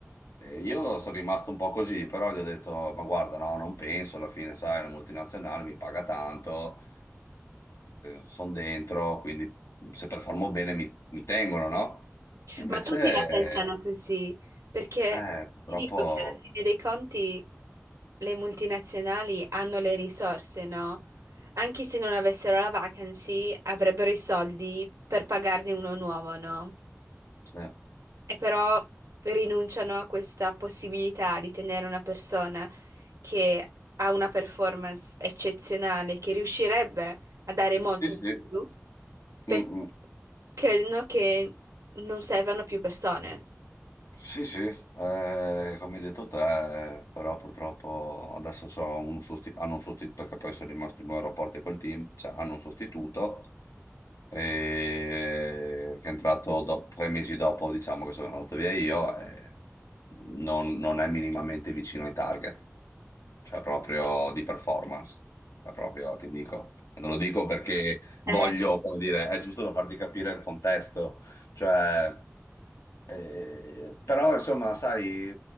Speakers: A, on the left; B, on the right.
A: E io sono rimasto un po' così, però gli ho detto, ma guarda, no, non penso, alla fine, sai, la multinazionale mi paga tanto, sono dentro, quindi se performo bene mi mi tengono, no? Invece
B: Ma tutti la pensano così, perché
A: eh,
B: ti
A: purtroppo...
B: dico che alla fine dei conti le multinazionali hanno le risorse, no? Anche se non avessero la vacancy, avrebbero i soldi per pagarne uno nuovo, no?
A: Sì,
B: E però rinunciano a questa possibilità di tenere una persona che ha una performance eccezionale, che riuscirebbe a dare molto
A: sì.
B: di
A: Sì,
B: più, perché
A: Mm, mm.
B: credono che non servano più persone.
A: Sì, sì, eh, come hai detto te, eh, però purtroppo adesso c'ho un sosti- hanno un sostituto, perché poi sono rimasto in buoni rapporti col team, cioè hanno un sostituto eh, che è entrato do- tre mesi dopo, diciamo, che sono andato via io, e non, non è minimamente vicino ai target. cioè proprio di performance, Cioè, proprio ti dico. Non lo dico perché voglio,
B: Eh,
A: come dire, è giusto per farti capire il contesto, cioè, eh, però insomma, sai,